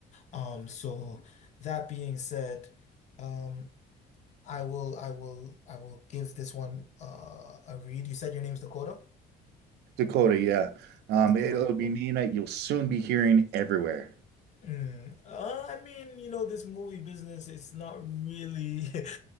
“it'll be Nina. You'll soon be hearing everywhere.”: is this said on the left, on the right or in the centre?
Right